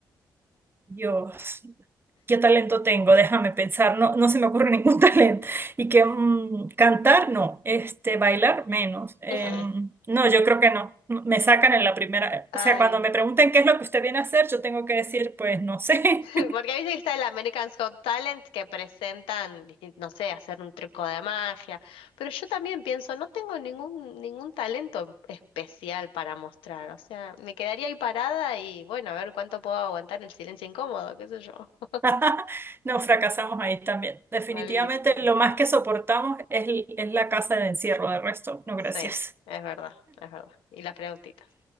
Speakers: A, on the right (about 25°); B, on the left (about 85°).
A: Dios. ¿Qué talento tengo? Déjame pensar, no, no se me ocurre ningún <laughs> talento. Y que mm, cantar, no, este, bailar, menos. Em,
B: <laughs>
A: no, yo creo que no, No, me sacan en la primera.
B: Ay,
A: O sea, cuando me pregunten qué es lo que usted viene a hacer, yo tengo que decir, pues no sé.
B: <laughs> porque viste que está el American Got Talent que presentan, distin- no sé, hacer un truco de magia, pero yo también pienso, no tengo ningún ningún talento especial para mostrar, o sea, me quedaría ahí parada y bueno, a ver cuánto puedo aguantar el silencio incómodo, qué sé yo. <laughs>
A: <laughs> Nos fracasamos ahí también. Definitivamente
B: Malísimo.
A: lo más que soportamos es, l- es la casa de encierro, de resto, no,
B: Sí,
A: gracias.
B: es verdad, es verdad. Y las preguntitas.